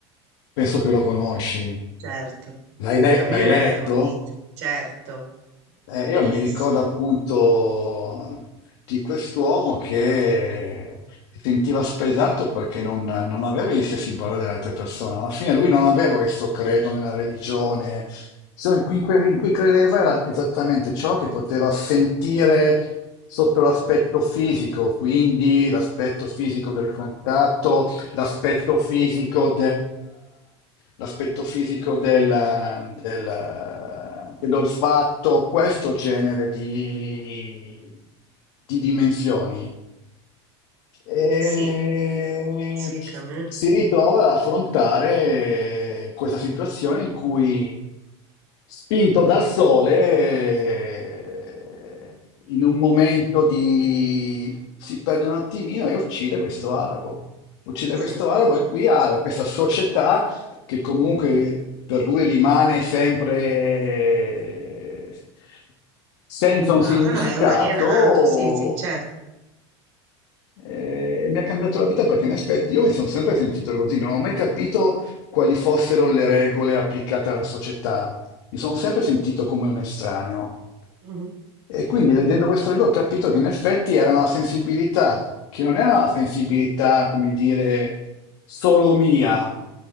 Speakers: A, on the left; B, on the right.
A: Penso che lo conosci.
B: certo.
A: L'hai le-
B: Camus
A: l'hai
B: è
A: letto?
B: un mito, certo,
A: Eh,
B: bellissimo.
A: io mi ricordo appunto di quest'uomo che si sentiva spesato perché non, non aveva gli stessi valori delle altre persone. Alla fine lui non aveva questo credo nella religione, ciò in cui, in cui- in cui credeva era esattamente ciò che poteva sentire sotto l'aspetto fisico, quindi l'aspetto fisico del contatto, l'aspetto fisico l'aspetto fisico del, del, dell'olfatto, questo genere di, di dimensioni. E
B: Sì, sì, Camus,
A: si ritrova ad affrontare questa situazione in cui, spinto dal sole, in un momento di... si perde un attimino e uccide questo arabo. Uccide
B: sì.
A: questo arabo e qui ha la- questa società che comunque per lui rimane sempre senza
B: Lontano,
A: un significato
B: è un alienato, sì, sì, certo.
A: eh, mi ha cambiato la vita perché in effetti io mi sono sempre sentito così, non ho mai capito quali fossero le regole applicate alla società. Mi sono sempre sentito come un estraneo.
B: Mhm,
A: E quindi leggendo questo libro ho capito che in effetti era una sensibilità, che non era una sensibilità, come dire, solo mia,